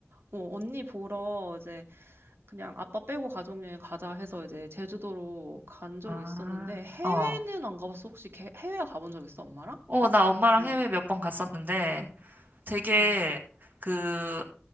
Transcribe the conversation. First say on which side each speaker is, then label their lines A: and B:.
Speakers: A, on the right; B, on the right.
A: 어, 언니 보러 이제 그냥 아빠 빼고 가족여행 가자 해서 이제 제주도로 간 적이
B: 아,
A: 있었는데 해외는
B: 어.
A: 안 가봤어. 혹시 개- 해외 가본 적 있어, 엄마랑?
B: 어, 나 엄마랑
A: 아, 이렇게 부모님.
B: 해외 몇 번
A: 응.
B: 갔었는데 되게
A: 응.
B: 그